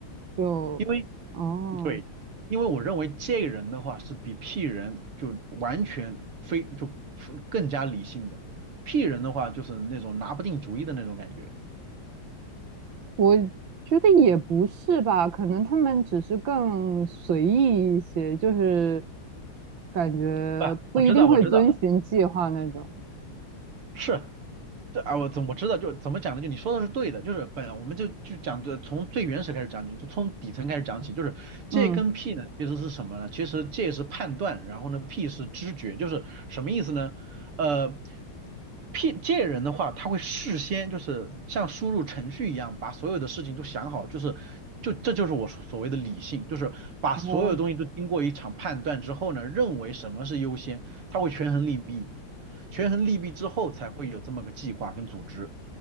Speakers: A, on the right; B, on the right.
A: 就哦，
B: 因为对，因为我认为这个人的话是比 P 人就完全非就更加理性的，P 人的话就是那种拿不定主意的那种感觉。
A: 我觉得也不是吧，可能他们只是更随意一些，就是感觉不一定会遵循计划那种。
B: 不，我知道，我知道，是，对啊，我怎我知道，就怎么讲呢？就你说的是对的，就是本我们就就讲这从最原始开始讲起，就从底层开始讲起，就是这跟
A: 嗯，
B: P 呢其实是什么呢？其实这是判断，然后呢 P 是知觉，就是什么意思呢？呃，P 这人的话，他会事先就是像输入程序一样，把所有的事情都想好，就是就这就是我所所谓的理性，就是把所有东西都经过一场判断之后呢，
A: 哦，
B: 认为什么是优先，他会权衡利弊。权衡利弊之后才会有这么个计划跟组织，